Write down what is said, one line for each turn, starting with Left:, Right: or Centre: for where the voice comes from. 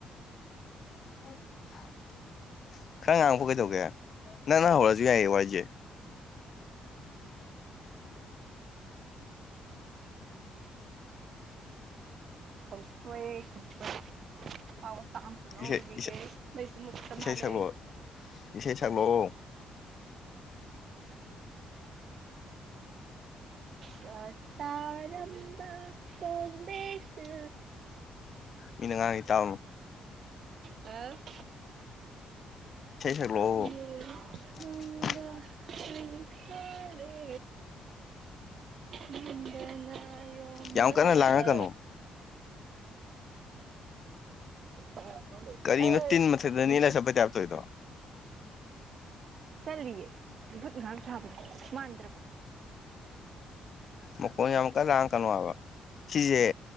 Left: <inaudible> ꯈꯔ ꯉꯥꯡꯉꯛꯄ ꯀꯩꯗꯧꯒꯦ ꯅꯪꯅ ꯍꯧꯔꯁꯨ ꯌꯥꯏꯌꯦ ꯋꯥꯔꯤꯁꯦ <unintelligible>
Right: ꯍ‌ꯣꯏꯌ‌ꯦ <unintelligible> ꯆꯥꯛ ꯑꯝꯇ ꯂꯧꯔꯨꯒꯤꯒ‌ꯦ
Left: ꯏꯁꯩ ꯏꯁꯩ
Right: ꯃꯩꯁꯨ ꯃꯨꯠꯈꯔ
Left: ꯏꯁꯩ
Right: ꯃꯥꯜꯂ‌ꯦ
Left: ꯁꯛꯂꯛꯑꯣ ꯏꯁꯩ ꯁꯛꯂꯛꯑꯣ
Right: ꯀ ꯇꯥꯔꯝꯕ ꯇꯣꯝꯕꯤꯁꯨ
Left: ꯃꯤꯅ ꯉꯥꯡꯏ ꯇꯥꯥꯎ
Right: ꯑ
Left: ꯏꯁꯩꯩ ꯁꯛꯂꯛꯑꯣ
Right: ꯌꯨꯝꯗ
Left: <unintelligible>
Right: ꯍꯟꯈꯔꯦ ꯅꯝꯗꯅ ꯌꯣꯝꯂꯕ
Left: ꯌꯥꯝ ꯀꯥꯟꯅꯥ ꯂꯥꯡꯉꯛꯀꯅꯣ
Right: ꯊꯃꯣꯏ
Left: ꯀꯔꯤꯅ‌ꯣ
Right: ꯑꯁꯤ
Left: ꯇꯤꯟ ꯃꯊꯛꯇ ꯅ‌ꯦꯠꯂ ꯆꯠꯄꯩ ꯇꯥꯏꯞ ꯇꯧꯔꯤꯗ‌ꯣ
Right: ꯆꯠꯂꯤꯌꯦ <unintelligible> ꯉꯥꯛ ꯊꯥꯕ ꯃꯥꯟꯗ꯭ꯔꯕꯣ
Left: ꯃꯈ‌ꯣꯟ ꯌꯥꯝ ꯀꯟ ꯂꯥꯡꯉꯛꯀꯅꯨ ꯍꯥꯏꯕ ꯁꯤꯁꯦ